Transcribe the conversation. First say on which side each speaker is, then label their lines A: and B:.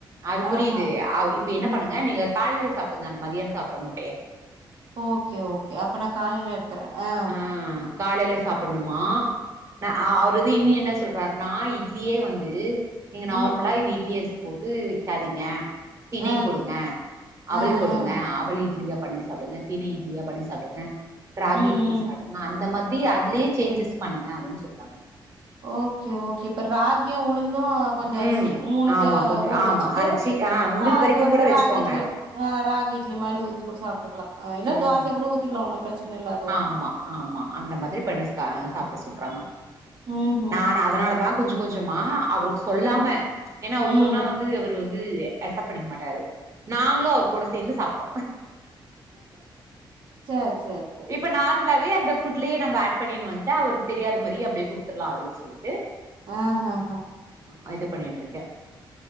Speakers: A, on the right; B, on the right.
A: அது புரியிது
B: ஆஹா.
A: ஆ இப்ப என்ன
B: ம்.
A: பண்ணுங்க நீங்க காலையில சாப்டுங்க அந்த மதியானம் சாப்பற முட்
B: ஓகே ஓகே அப்ப நா காலையில எடுத்துறன் ஆ
A: ம் காலையில சாப்பணுமா ஆ அவரது இன்னும் என்ன சொல்றாருன்னா இட்லியே வந்து நீங்க
B: ம்.
A: நார்மலா இந்த இட்லி அரிசி போட்டு விக்காதீங்க திணை
B: ஆ,
A: போடுங்க
B: ஆ,
A: அவல்
B: ஆ,
A: போடுங்க
B: ஆ.
A: அவல் இட்லியா பண்ணி சாப்டுங்க தினை இட்லியா பண்ணி சாப்டுங்க ராகி
B: ம்
A: இட்லி
B: ம்
A: சாப்டுங்க அந்த மாதி ரி அதுலே சேஞ்சஸ் பன்னுங்க அப்டின் சொல்றாங்க
B: ஓகே ஓகே இப்ப ராகியும் உளுந்தும் கொஞ்சம் அரிசி
A: ம்
B: மூணுத்தயு
A: ஆமா கொஞ்சோ
B: ஊற
A: ஆமா
B: வச்சிட்டு
A: அரச்சி ஆ உங்களுக்கு
B: அது
A: வரைக்கு
B: வந்து
A: கூட வச்சுக்கோங்க
B: ராகி இட்லி ஆ ராகி
A: ம்
B: இட்லி மாரி ஊத்தி கூட சாப்ட்டுக்கலா இல்ல
A: ம்
B: தோசயா கூட ஊத்திக்கலாம் ஒன்னு பிரச்சன இல்ல அது
A: ஆமா ஆமா அந்த மாதிரி பண்ணி சாப்ட சொல்றாங்க
B: ம் ம்
A: நானு அதனால தா கொஞ்ச கொஞ்சமா அவருக் சொல்லாம
B: ம்
A: ஏன்னா அவரு
B: ம்
A: சொன்னா வந்து அவரு வந்து அக்சப்ட் பண்ணிக்க மாட்டாரு நாங்களு அவர் கூட சேந்து சாப்பிட்றோ
B: சேர் சேர்
A: இப்ப நார்மலாவே அந்த புட்லயே நம் ஆட் பண்ணினனு வந்துட்டு அவருக்கு தெரியாத மாரியே அப்டி குடுத்தறலா அப்டின்னு சொல்ட்டு
B: ஆஹாஆ
A: ஆ இது பண்ணிட்டு இருக்கே